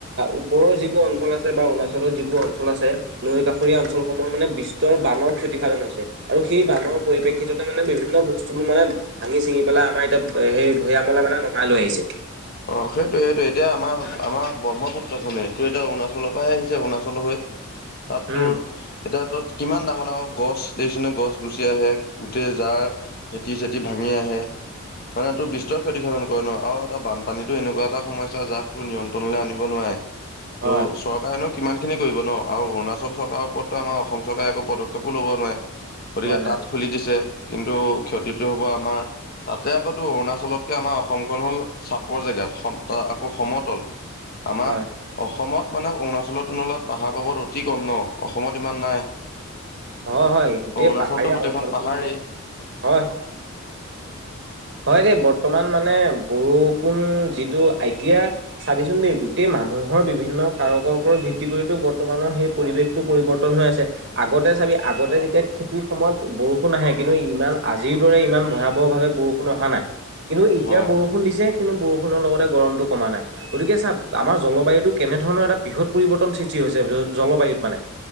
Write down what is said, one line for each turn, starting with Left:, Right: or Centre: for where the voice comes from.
Right: ওপৰৰ যিবোৰ অঞ্চল আছে বা অৰুণাচলৰ যিবোৰ অঞ্চল আছে নৈ কাষৰীয়া অঞ্চলসমূহৰ মানে বিস্তৰ বানৰ ক্ষতিসাধন হৈছে আৰু সেই বানৰ
Left: অ
Right: পৰিপ্ৰেক্ষিততে মানে বিভিন্ন বস্তুবোৰ মানে ভাঙি চিঙি পেলাই আমাৰ এতিয়া সেই ভৈয়ামলে মানে নমাই লৈ আহিছে।
Left: অ সেইটোয়ে সেইটোয়ে এতিয়া আমাৰ আমাৰ ব্ৰহ্মপুত্ৰখনেই তোৰ এতিয়া অৰুণাচলৰপাহে আহিছে অৰুণাচল হৈ তাত
Right: উম।
Left: তোৰ এতিয়া তাত কিমান ডাঙৰ ডাঙৰ গছ দেখিছনে গছ গুচি আহে গোটেই যাৰ ভেটি চেটি ভাঙি আহে মানে তোৰ বিস্তৰে ক্ষতিসাধন কৰে ন আৰু এটা বান পানীতো এনেকুৱা এটা সমস্যা যাক তোৰ নিয়ন্ত্ৰলে আনিব নোৱাৰে
Right: হয়
Left: ত' চৰকাৰেনো কিমান খিনি কৰিব ন আৰু অৰুণাচল চৰকাৰৰ ওপৰতটো আমাৰ অসম চৰকাৰে একো পদক্ষেপো ল'ব নোৱাৰে গতিকে
Right: হয় হয়
Left: তাত খুলি দিছে। কিন্তু ক্ষতিটো হ'ব আমাৰ তাতে আকৌ তোৰ অৰুণাচলতকে আমাৰ অসমখন হ'ল চাপ -পৰ জেগাত সম তাৰ আকৌ সমতল আমাৰ
Right: হয়।
Left: অসমত মানে অৰুণাচলৰ তুলনাত পাহাৰ পৰ্বত অতি কম ন অসমত ইমান নাই।
Right: হয় হয় গোটেই
Left: অৰুণাচলতো
Right: পাহাৰীয়া
Left: গোটেইখন
Right: অঞ্চল
Left: পাহাৰেই
Right: কিন্তু, হয়।
Left: <inaudible>
Right: হয় দেই বৰ্তমান মানে
Left: <inaudible>
Right: বৰষুণ যিটো আইতিয়া চাবিচোন দেই গোটেই মানুহৰ বিভিন্ন কাৰকৰ ওপৰত ভিত্তি কৰিতো বৰ্তমানৰ সেই পৰিৱেশ -টো পৰিৱৰ্তন হৈ আছে। আগতে চাবি আগতে যেতিয়া খেতিৰ সময়ত বৰষুণ আহে কিন্তু ইমান আজিৰ দৰে ইমান ভয়াৱহ ভাৱে বৰষুণ -ষোণ অহা নাই কিন্তু এতিয়া
Left: হয়
Right: বৰষুণ দিছে কিন্তু বৰষুণৰ লগতে গৰমটো কমা নাই। গতিকে চা আমাৰ জলবায়ুতো কেনেধৰণৰ এটা বৃহৎ পৰিৱৰ্তন সৃষ্টি হৈছে জলবায়ুত মানে